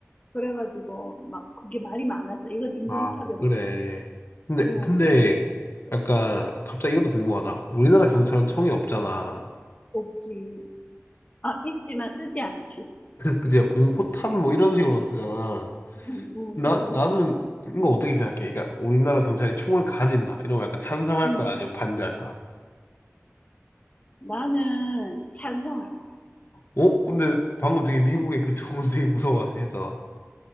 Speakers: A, on the left; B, on the left.
A: 그래가지고 막 그게 말이 많았어. 이건 인종차별이다.
B: 아, 그래. 근데,
A: 어,
B: 근데, 약간, 갑자기 이것도 궁금하다. 우리나라 경찰은 총이 없잖아.
A: 없지. 아, 있지만 쓰지 않지.
B: 그치, 공포탄 뭐 이런 식으로 쓰잖아.
A: 응, 응,
B: 나,
A: 그렇지.
B: 나는, 이거 어떻게 생각해? 그러니까, 우리나라 경찰이 총을 가진다. 이러면 약간 찬성할
A: 응.
B: 거야? 아니면 반대할 거야?
A: 나는 찬성할 거야.
B: 어? 근데 방금 되게 미국의 그쪽은 되게 무서워했잖아.